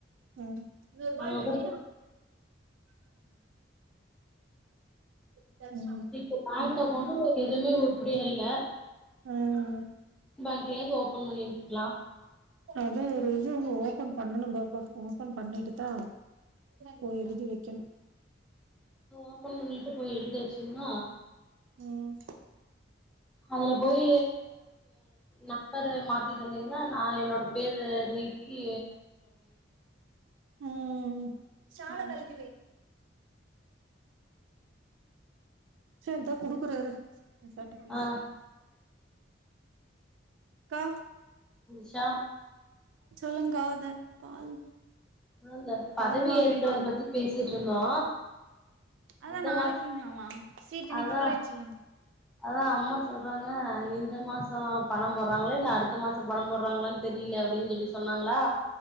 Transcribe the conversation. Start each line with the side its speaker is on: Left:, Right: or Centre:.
Right: ம் இன்னொரு பால்
Centre: அங்க
Right: விட்டின
Centre: குடுத்து
Right: ம் ம்
Centre: இப்ப பேங்க்
Right: ம்
Centre: அக்கௌண்டு எதுவுமே உருப்படியா இல்ல
Right: ம்
Centre: பேங்க்ல யாவது ஓபன் பண்ணிருந்துக்கலா
Right: அதா ஒரு இது ஒண்ணு ஓபன் பண்ணனு பா ஓபன் பண்ணிட்டு தா போய் எழுதி வைக்கணு
Centre: ஓபன் பண்ணிட்டு போய் எழுதிச்சிங்ன
Right: ம்
Centre: அதுல போய் நம்பரு மாத்திட்டு வந்தீங்கன்னா நான் என்னோட பேரு நீக்கீ
Right: ம் சாலா கழட்டிவை செரி இந்தா குடுக்குறே இரு நிஷாட பேசு
Centre: ஆ
Right: கா
Centre: நிஷா
Right: சொல்லங்காத பால்
Centre: ஆ இந்த பதவி
Right: பால் வாங்கிட்டு
Centre: ஏற்கறத
Right: வந்த
Centre: பத்தி பேசிட்டு இருந்தோ
Right: அதா
Centre: இந்த
Right: நாளைக்குங்களாமா
Centre: மாச
Right: சீட் இன்னைக்கு
Centre: அதா
Right: ஃபுல் ஆயிடுச்சுங்க
Centre: அதா அம்மா சொல்றாங்க இந்த மாசோ பணம் போடுறாங்களா இல்ல அடுத்த மாசோ பணம் போடுறாங்களனு தெரில அப்டின்னு சொல்லி சொன்னாங்களா